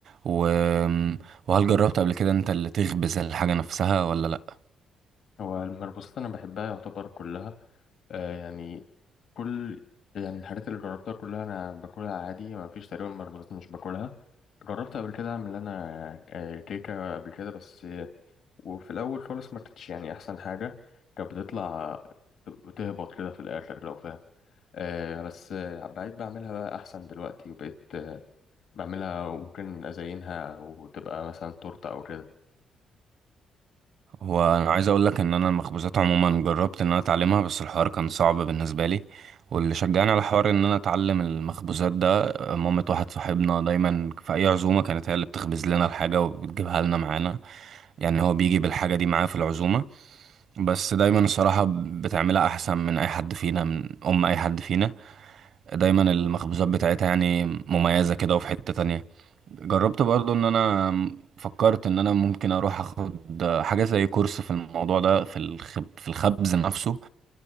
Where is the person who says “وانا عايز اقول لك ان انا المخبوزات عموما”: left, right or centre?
Right